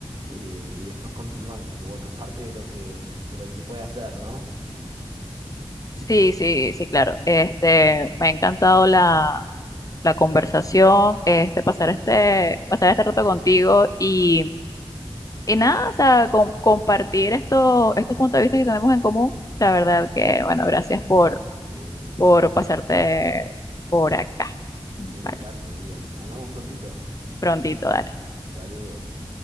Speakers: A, on the right; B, on the left.
A: y, y después continuar, porque bueno, es parte de lo que, de lo que se puede hacer, ¿no?
B: Sí, sí, sí, claro. Este, me ha encantado la, la conversación, este, pasar
A: Igualmente,
B: este, pasar este rato contigo y, y nada, o sea, com- compartir estos estos puntos de vista que tenemos en común. La verdad que, bueno, gracias por
A: sí.
B: por pasarte por acá. Vale,
A: Un encanto, dirían. Hablamos prontito.
B: prontito, dale.
A: Saludos.